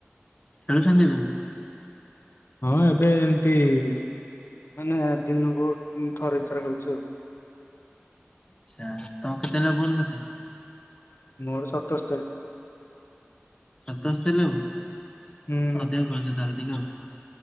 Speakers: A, on the left; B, on the left.
A: ଖେଳୁଛନ୍ତି କି?
B: ହଁ ଏବେ ଏମିତି ମାନେ ଦିନକୁ ଥରେ, ଦି ଥର ଖେଳୁଛି ଆଉ।
A: <inaudible>
B: ମୋର ସତସ୍ତରି।
A: ସତସ୍ତରୀ ଏମ
B: ହୁଁ
A: ଅଧିକ ଖେଳୁଛ ତାହେଲେ ଟିକେ ଆଉ।